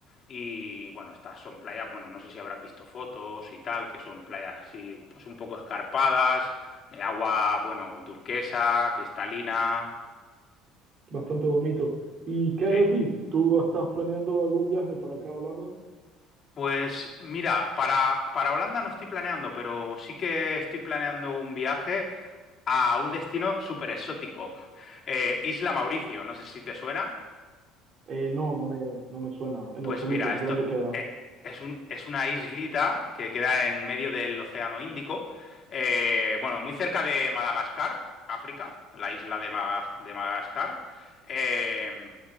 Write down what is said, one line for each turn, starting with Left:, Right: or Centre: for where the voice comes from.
Left: Y bueno, estas son playas, bueno, no sé si habrás visto fotos y tal, que son playas así, pues un poco escarpadas, eh, agua, bueno, turquesa, cristalina,
Right: Bastante bonito. ¿Y qué
Left: sí.
Right: hay de ti? ¿Tú estás planeando algún viaje para acá a Holanda?
Left: Pues mira, para, para Holanda no estoy planeando, pero sí que estoy planeando un viaje a un destino súper exótico, Isla Mauricio, no sé si te suena.
Right: Eh, no, no me, no me suena en
Left: Pues
Right: lo absoluto.
Left: mira, esto
Right: ¿Dónde queda?
Left: eh, es un- es una islita que queda en medio del Océano Índico, eh, bueno, muy cerca de Madagascar, África, la isla de, Maga- de Madagascar. Eh,